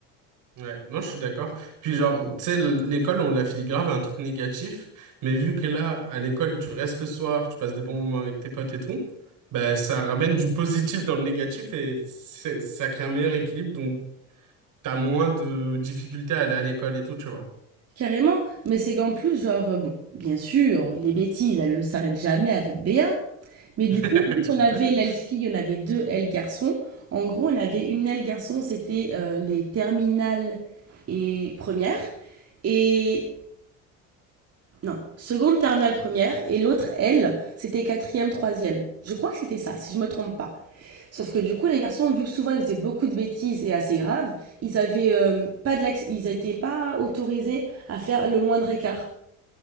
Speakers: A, on the right; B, on the right.
A: Ouais, non, je suis d'accord. Puis genre, tu sais, l- l'école, on l'affile grave à un truc négatif, mais vu que là, à l'école, tu restes le soir, tu passes des bons moments avec tes potes et tout, bah ça ramène du positif dans le négatif et c'est- ça crée un meilleur équilibre, donc t'as moins de difficultés à aller à l'école et tout, tu vois.
B: Carrément, mais c'est qu'en plus, genre, euh, bon, bien sûr, les bêtises, elles ne s'arrêtent jamais avec Béa. Mais du
A: <laughs>
B: coup, vu
A: Tu
B: qu'on
A: m'étonnes.
B: avait l'aile fille, on avait deux ailes garçons. En gros, on avait une aile garçon, c'était euh, les terminales et première. Et non, seconde, terminale, première. Et l'autre aile, c'était quatrième, troisième. Je crois que c'était ça, si je me trompe pas. Sauf que du coup, les garçons, vu que souvent ils faisaient beaucoup de bêtises et assez graves, ils avaient euh, pas de l'acc- ils n'étaient pas autorisés à faire le moindre écart.